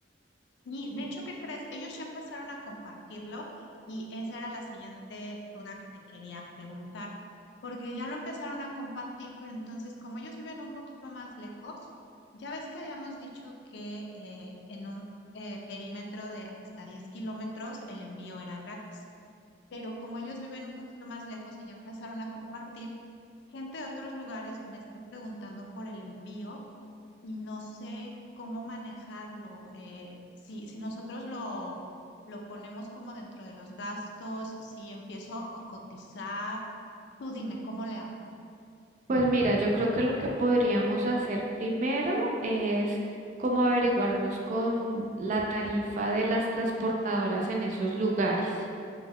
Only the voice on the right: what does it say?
Pues mira, yo creo que lo que podríamos hacer primero es como averiguarnos con la tarifa de las transportadoras en esos lugares.